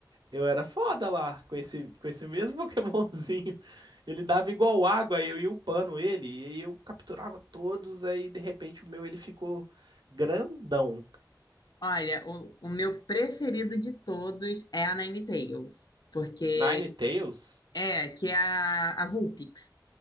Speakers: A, on the right (about 70°); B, on the left (about 60°).
A: Eu era foda lá, com esse, com esse mesmo <laughs> Pokémonzinho. Ele dava igual água, eu ia upando ele, e aí eu capturava todos, aí de repente o meu ele ficou grandão.
B: Olha, o, o meu preferido de todos é a Ninetales, porque
A: Ninetales,
B: é, que é a, a Vulpix.